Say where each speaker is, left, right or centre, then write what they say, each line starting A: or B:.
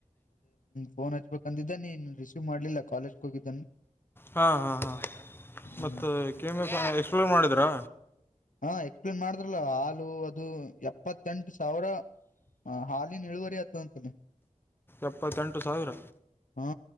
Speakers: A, on the left; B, on the left.
A: ಪೋನ್ ಹಚ್ಬೇಕ್ ಅಂದಿದ್ದೆ ನೀನ್ ರಿಸೀವ್ ಮಾಡಲಿಲ್ಲ ಕಾಲೇಜ್ಗೆ ಹೋಗಿದ್ದ್
B: ಹಾ ಹಾ ಹಾ
A: ಹ್ಮ್
B: ಮತ್ತು ಕೆಮ ಎಕ್ಸ್ಪ್ಲೋರ್ ಮಾಡಿದ್ರಾ
A: ಹಾ ಎಕ್ಸ್ ಪ್ಲೈನ್ ಮಾಡಿದ್ರಲ್ಲ ಹಾಲು ಅದು ಎಪ್ಪತ್ತೆಂಟು ಸಾವಿರ ಹ ಹಾಲಿನ ಇಳುವರಿ ಆತ ಅಂತಿನಿ
B: ಎಪ್ಪತ್ತೆಂಟು ಸಾವಿರ
A: ಹಾ